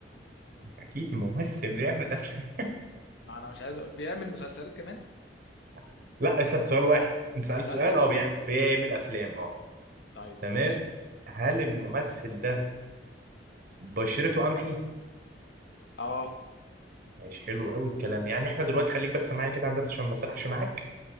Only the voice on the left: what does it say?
ما أنا مش عايز أقول بيعمل مسلسلات كمان
ما أنا سألتك
بقى
طيب
ماشي
أه